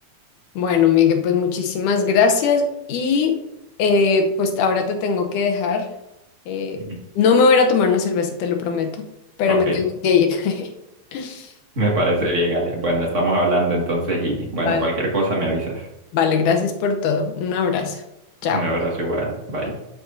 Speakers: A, on the left; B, on the right.
A: Bueno, Miguel, pues muchísimas gracias y eh, pues ahora te tengo que dejar. Eh,
B: Ujú.
A: no me voy a ir a tomar una cerveza, te lo prometo, pero
B: Ok,
A: me tengo que ir. <laughs>
B: me parece bien, Ale. Bueno, estamos hablando entonces y bueno,
A: Vale.
B: cualquier cosa me avisas.
A: Vale, gracias por todo. Un abrazo. Chao.
B: Un abrazo igual, bye.